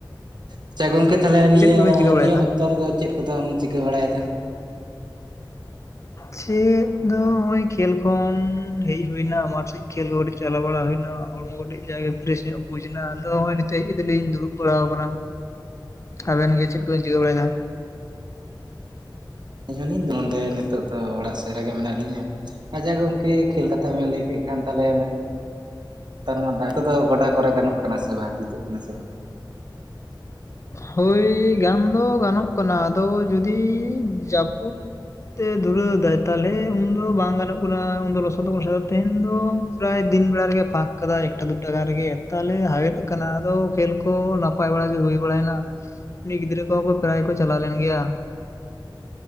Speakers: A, on the right; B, on the left.
A: ᱟᱪᱪᱷᱟ ᱜᱚᱝᱠᱮ ᱛᱟᱦᱚᱞᱮ ᱱᱤᱭᱟᱹ
B: ᱠᱚᱵᱮᱱ ᱪᱤᱠᱟᱹ ᱵᱟᱲᱟᱭᱮᱫᱟ
A: ᱱᱤᱭᱟᱹ ᱚᱠᱛᱚ ᱨᱮᱫᱚ ᱪᱮᱫ ᱠᱚᱫᱚᱢ ᱪᱤᱠᱟᱹ ᱵᱟᱲᱟᱭᱮᱫᱟ
B: ᱪᱮᱫ ᱫᱚ ᱱᱚᱜᱼᱚᱭ ᱠᱷᱮᱞ ᱦᱮᱡ ᱦᱩᱭᱱᱟ ᱢᱟᱴ ᱥᱮᱫ ᱠᱷᱮᱞ ᱪᱟᱞᱟᱣ ᱵᱟᱲᱟ ᱦᱩᱭᱱᱟ ᱦᱚᱲᱢᱚ ᱠᱟᱴᱤᱡ ᱡᱟᱜᱮ ᱯᱷᱨᱮᱥ ᱧᱚᱜ ᱵᱩᱡᱽ ᱮᱱᱟ ᱟᱫᱚ ᱱᱚᱦᱚᱭ ᱱᱤᱛ ᱦᱮᱡᱠᱟᱛᱤᱞᱤᱧ ᱫᱩᱲᱩᱵ ᱵᱟᱲᱟᱣ ᱟᱠᱟᱱᱟ ᱟᱵᱮᱱ ᱜᱮ ᱪᱮᱫ ᱠᱚᱵᱮᱱ ᱪᱷᱤᱠᱟ ᱵᱟᱲᱟᱭᱮᱫᱟ
A: ᱟᱞᱤᱧ ᱱᱚᱸᱰᱮ ᱱᱤᱛᱚ ᱫᱚ ᱚᱲᱟᱜ ᱥᱮᱫ ᱨᱮᱜᱮ ᱢᱮᱱᱟᱜ ᱞᱤᱧᱟᱹ ᱟᱪᱪᱷᱟ ᱜᱚᱢᱝᱮ ᱠᱷᱮᱞ ᱠᱟᱛᱷᱟ ᱵᱮᱱ ᱞᱟᱹᱭ ᱠᱮᱫ ᱠᱟᱱ ᱛᱟᱞᱮ ᱱᱮᱛᱟᱨ ᱫᱟᱜ ᱠᱚᱫᱚ ᱜᱚᱰᱟ ᱠᱚᱨᱮ ᱜᱟᱱᱚᱜ ᱠᱟᱱᱟ ᱥᱮ ᱵᱟᱝ ᱡᱩᱛᱩᱜ ᱠᱟᱱᱟ ᱥᱮ ᱵᱟᱝ
B: ᱦᱳᱭ ᱜᱟᱱ ᱫᱚ ᱜᱟᱱᱚᱜ ᱠᱟᱱᱟ ᱟᱫᱚ ᱡᱩᱫᱤ ᱡᱟᱹᱯᱩᱫ ᱛᱮ ᱫᱷᱩᱨᱟᱹᱣ ᱫᱟᱭ ᱛᱟᱦᱚᱞᱮ ᱩᱱᱫᱚ ᱵᱟᱝ ᱜᱟᱱᱚᱜ ᱠᱟᱱᱟ ᱩᱱᱫᱚ ᱞᱚᱥᱚᱫᱚᱥᱫ ᱛᱮᱦᱮᱧ ᱫᱚ ᱯᱨᱟᱭ ᱫᱤᱱ ᱵᱮᱲᱟ ᱨᱮᱜᱮ ᱯᱷᱟᱸᱠ ᱠᱟᱫᱟᱭ ᱮᱠᱴᱟ ᱫᱩᱴᱟ ᱜᱟᱱ ᱨᱮᱜᱮ ᱛᱟᱦᱚᱞᱮ ᱦᱟᱣᱮᱫ ᱠᱟᱱᱟ ᱟᱫᱚ ᱠᱷᱮᱞ ᱠᱚ ᱱᱟᱯᱟᱭ ᱵᱟᱲᱟ ᱜᱮ ᱦᱩᱭ <inaudible> ᱩᱱᱤ ᱜᱤᱫᱽᱨᱟ ᱠᱚᱚ ᱯᱨᱮᱨᱟᱭ ᱠᱚ ᱪᱟᱞᱟᱣ ᱞᱮᱱ ᱜᱮᱭᱟ